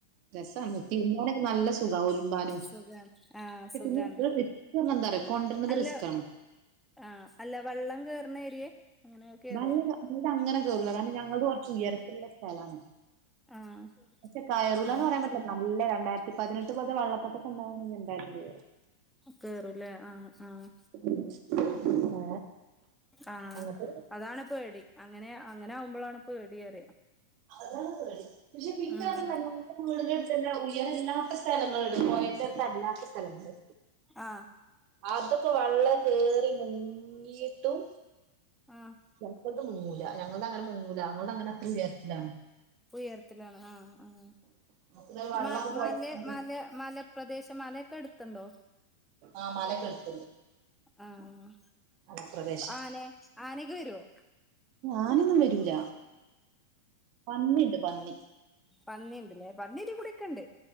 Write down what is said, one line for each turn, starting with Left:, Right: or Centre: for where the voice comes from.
Right: രസമാണ് തിരുമ്പനോക്കെ നല്ല സുഖാവലു ബാനു
Centre: സുഖാണ് ആഹ്
Right: പിന്നെ
Centre: സുഖാണ്
Right: റിസ് എന്താനറിയോ കൊണ്ടുവരുന്നത്
Centre: അല്ല
Right: റിസ്ക്ക ആണ്
Centre: ആഹ് അല്ല വെള്ളം കേയറുന്ന ഏരിയെ അങ്ങനെ കേറുവോ
Right: വെള്ള പിന്നെ അങ്ങനെ കേറുല്ല കാരണം ഞങ്ങള് കൊറച്ച് ഉയരത്തിലുള്ള സ്ഥലാണ്.
Centre: ആഹ്
Right: പക്ഷേ കയറൂല
Centre: ആഹ്
Right: എന്ന് പറയാൻ പറ്റില്ല നല്ല രണ്ടായിരത്തി പതിനെട്ട് പോലത്തെ വെള്ളപ്പൊ ക്കെണ്ടാവണെങ്കിൽ എന്താലും കേറും
Centre: കേറുംല്ലേ ആഹ് ആഹ്
Right: <unintelligible>
Centre: ആഹ്
Right: അങ്ങനത്തെ
Centre: അതാണ് പേടി അങ്ങനെ അങ്ങനെ ആവുമ്പോളാണ് പേടിയറിയാ
Right: അതാണ് പേടി പക്ഷെ പിന്നെ
Centre: ഉം
Right: അര് ഇപ്പ വീട് ന്റെ അടുത്ത് തന്നെ ഉയരല്ലാത്ത സ്ഥലങ്ങള ഉണ്ട് പോയണ്ടെ അടുത്ത് അല്ലാത്ത സ്ഥലങ്ങള്
Centre: ആഹ്
Right: അതൊക്കെ വെള്ളം കേറി മുങ്ങിട്ടും
Centre: ആഹ്
Right: പൊറത്തോട്ട് മൂങ്ങുല്ല ഞങ്ങടെ അങ്ങനെ മുങ്ങുല ഞങ്ങടെ അങ്ങനെ അത്ര ഉയരത്തിലാ
Centre: ഇപ്പ ഉയരത്തിലാണ് ആഹ് ആഹ്
Right: നമുക്ക് വെള്ളമൊക്കെ
Centre: മ
Right: പോയണ്ട്
Centre: മല മല മല പ്രദേശം മലൊക്കെ അടുത്തുണ്ടോ
Right: ആഹ് മലക്കടു
Centre: ആഹ്
Right: മലപ്രദേശ
Centre: ആന ആനക്ക് വരുവോ
Right: ആനൊന്നും വരൂല പന്നിണ്ട് പന്നി
Centre: പന്നിണ്ട്ല്ലേ പന്നിടികൂടെക്കെ ഉണ്ട്